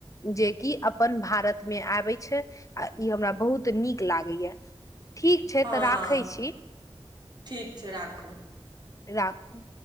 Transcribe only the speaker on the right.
हँ
ठीक छै राखू।